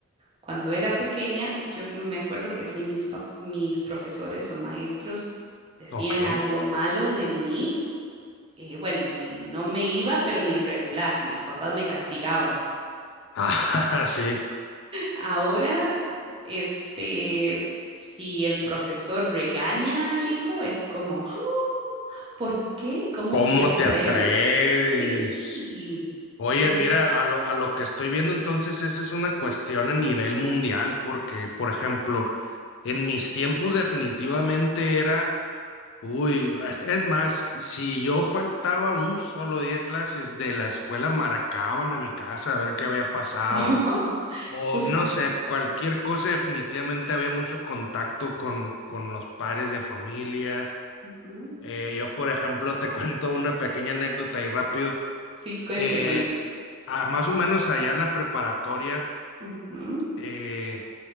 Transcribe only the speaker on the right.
Cuando era pequeña, yo me acuerdo que sí, mis, pa- mis profesores o maestros decían
algo malo de mí. eh, bueno, mi- no me iba, pero ni regular. Mis papás me castigaban.
Ahora, este, si el profesor regaña al hijo, es como, "Ah, ¿por qué? ¿Cómo
se atreve?
Sí.
Dios.
<laughs> Cla-
Ujú.
Sí, cuente,
cuente.
Ujú.